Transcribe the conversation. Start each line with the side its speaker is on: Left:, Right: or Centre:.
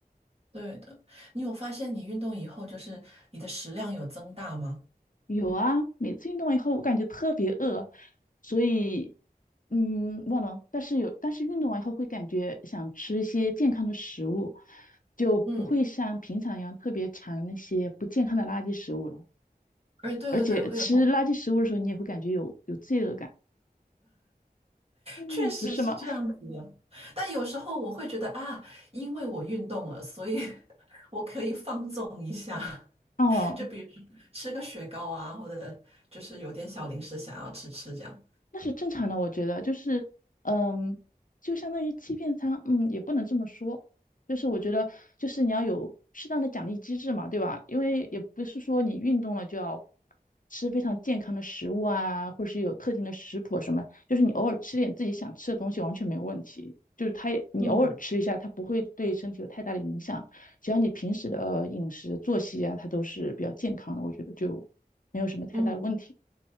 Right: 对的。你有发现你运动以后，就是你的食量有增大吗？
Left: 有啊，每次运动完以后，我感觉特别饿，所以，嗯，忘了，但是有，但是运动完以后会感觉想吃一些健康的食物，就不会像平常一样特别馋那些不健康的垃圾食物了。
Right: 嗯，哎，对对对，
Left: 而且吃垃圾食物的时候，
Right: 会有。
Left: 你也会感觉有有罪恶感，嗯，
Right: 确实是这样子的，
Left: 不是吗？
Right: 但有时候我会觉得啊，因为我运动了，所以 <laughs> 我可以放纵一下，
Left: 哦，
Right: 就比如吃个雪糕啊，或者就是有点小零食想要吃吃这样。
Left: 那是正常的，我觉得就是，嗯，就相当于欺骗他，嗯，也不能这么说，就是我觉得就是你要有适当的奖励机制嘛，对吧？因为也不是说你运动了就要吃非常健康的食物啊，或者是有特定的食谱什么，就是你偶尔吃点自己想吃的东西完全没有问题，就是它也你偶尔吃一下，
Right: 嗯
Left: 它不会对身体有太大的影响，只要你平时的呃饮食作息啊，它都是比较健康的，我觉得就没有什么太大的问题。
Right: 嗯，